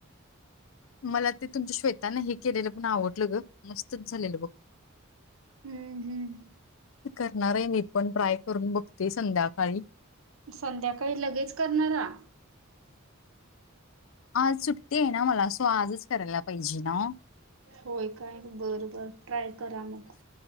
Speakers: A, on the left; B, on the right.
A: मला ते तुमच्या श्वेतान हे केलेलं पण आवडलं ग मस थंच झालेल बघ
B: हम्म हम्म
A: करणार आहे मी पण ट्राय करून बघते संध्याकाळी.
B: संध्याकाळी लगेच करणारा
A: आज सुट्टी आहे ना मला सो आजच करायला पाहिजे ना.
B: होय काय बर बर, ट्राय करा मग.